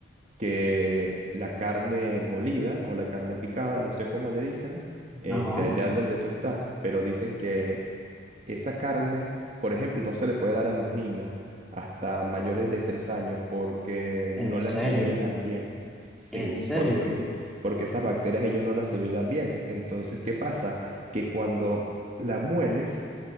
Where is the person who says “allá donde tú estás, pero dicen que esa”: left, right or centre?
Right